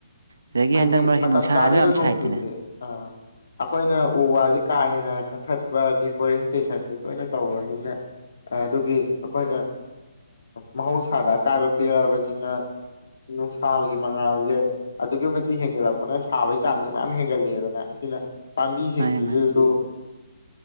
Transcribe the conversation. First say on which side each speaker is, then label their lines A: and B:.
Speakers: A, on the right; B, on the left.
A: ꯑꯗꯒꯤ
B: ꯍꯥꯏꯗꯤ
A: ꯍꯟꯗꯛ ꯃꯔꯛꯁꯤ
B: ꯃꯇꯝ
A: ꯅꯨꯡꯁꯥꯁꯨ
B: ꯆꯥꯗꯅ
A: ꯌꯥꯝ
B: ꯅꯣꯡ
A: ꯁꯥꯏꯗꯅꯦ
B: ꯆꯨꯗ꯭ꯔꯦ ꯑꯥ ꯑꯩꯈꯣꯏꯅ ꯎ ꯋꯥꯁꯦ ꯀꯥ ꯍꯦꯟꯅ ꯀꯛꯊꯠꯄ ꯗꯤꯐꯣꯔꯦꯁꯇꯦꯁꯟꯁꯦ ꯇꯣꯏꯅ ꯇꯧꯔꯕꯅꯤꯅ ꯑꯗꯨꯒꯤ ꯑꯩꯈꯣꯏꯅ ꯃꯍꯧꯁꯥꯗ ꯑꯀꯥꯏꯕ ꯄꯤꯔꯛꯑꯕꯅꯤꯅ ꯅꯨꯡꯁꯥꯕꯒꯤ ꯃꯉꯥꯜꯁꯦ ꯑꯗꯨꯛꯀꯤ ꯃꯇꯤꯛ ꯍꯦꯟꯒꯠꯂꯛꯄꯅ ꯁꯥꯕꯒꯤ ꯆꯥꯡꯗꯣ ꯃꯌꯥꯝ ꯍꯦꯟꯒꯠꯂꯛꯑꯦꯗꯅ ꯑꯁꯤꯅ ꯄꯥꯝꯕꯤꯁꯤꯡꯗꯨꯗꯁꯨ
A: ꯃꯥꯅꯦ ꯃꯥꯅꯦ